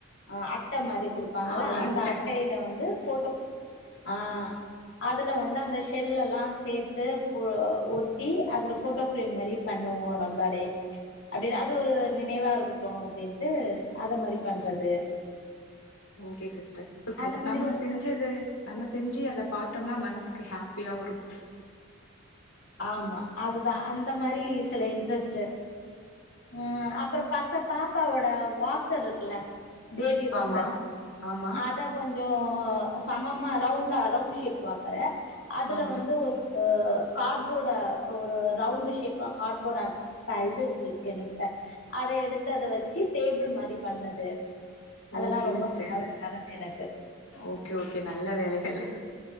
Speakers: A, on the left; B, on the left.
A: ஆ அட்ட மாரி குடுப்பாங்கள
B: ஆ ஒரு
A: அந்த
B: அட்டை
A: அட்டைல் ல வந்து ஃபோட்டோ ஆ அதுல வந்து அந்த ஷெல்லெல்லா சேத்து ஓ ஒட்டி அதுல ஃபோட்டோ ஃபிரேம் மாரிப் பண்ணுவோ நம்பாளே அப்டினு அது ஒரு நினைவா இருகுட்டு அப்டின்ட்டு அத மாரிப் பண்றது
B: ஓகே சிஸ்டர் ருக்கு
A: அந்த மாரி
B: நம்ம
A: ஒரு
B: செஞ்ச சது நம்ம செஞ்சி அதப் பாத்தோம்னா மனசுக்கு ஹாப்பியாவு இருக்கு
A: ஆமா அதுதா அந்த மாரி சில இன்ட்ரெஸ்ட்டு ம் அப்புறோப் பச பாப்பாவோட வாக்கர்ருக்குல்ல பேபி வாக்கர்
B: ஆமா ஆமா
A: அதக் கொஞ்சோ சமமா ரவுண்டா ரவுண்ட் ஷேப் வாக்கறே அதுல
B: ஆமா
A: வந்து ஒரு அ கார்ட்போர்ட ஒரு ரவுண்டு ஷேப்பா கார்ட்போர்டட்ட இது இருந்துச் என்னுகிட்ட அத எடுத்து அத வெச்சி டேபிள் மாரிப் பண்ணது அதெல்லா
B: ஓகே
A: ரொம்ப
B: சிஸ்டர்
A: பேவரட்டானது எனக்கு
B: ஓகே ஓகே நல்ல வேலைகள்